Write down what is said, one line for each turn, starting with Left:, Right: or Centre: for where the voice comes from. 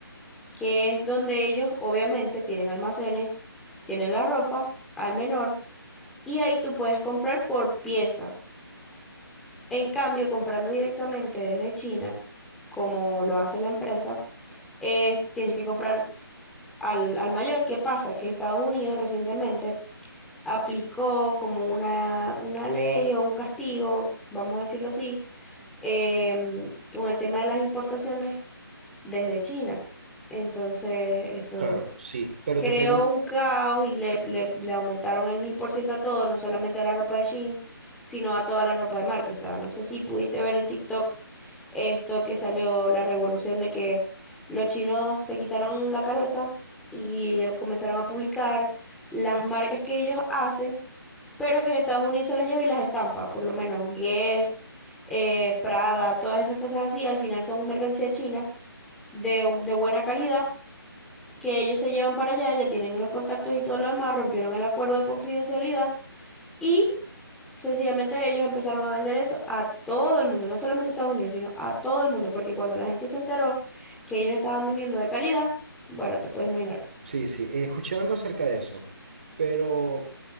Centre: que es donde ellos obviamente tienen almacenes, tienen la ropa al menor y ahí tú puedes comprar por pieza. En cambio, comprando directamente desde China, como lo hace la empresa, eh, tienes que comprar al, al mayor. ¿Qué pasa? Que Estados Unidos recientemente aplicó como una, una ley o un castigo, vamos a decirlo así, em, con el tema de las importaciones desde China. Entonces, eso
Right: Claro, sí, pero
Centre: creó
Right: te pregunto,
Centre: un caos y le, le, le aumentaron el mil por ciento a todo, no solamente a la ropa de Shein, sino a toda la ropa de marca. O sea, no sé si pudiste ver en TikTok esto que salió la revolución de que los chinos se quitaron la careta y eh, comenzaron a publicar las marcas que ellos hacen, pero que Estados Unidos se las lleva y las estampa, por lo menos Guess, eh, Prada, todas esas cosas así, al final son mercancía china de, de buena calidad que ellos se llevan para allá, ya tienen los contactos y todo lo demás, rompieron el acuerdo de confidencialidad y sencillamente ellos empezaron a vender eso a todo el mundo, no solamente a Estados Unidos, sino a todo el mundo, porque cuando la gente se enteró que ellos estaban vendiendo de calidad, bueno, te puedes imaginar.
Right: sí, sí, eh, escuché algo acerca de eso, pero